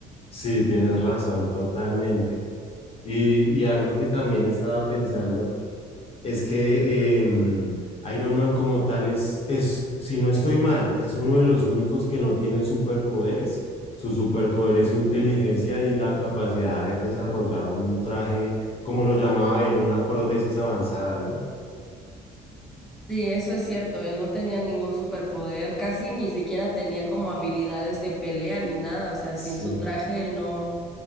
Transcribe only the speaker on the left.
Sí, tienes razón, totalmente. Y, y algo que también estaba pensando es que eh, Iron Man como tal es, es, si no estoy mal, es uno de los únicos que no tiene superpoderes. Su superpoder es su inteligencia y la capacidad de haber desarrollado un traje, como lo llamaba él, una prótesis avanzada, ¿no?
Sí.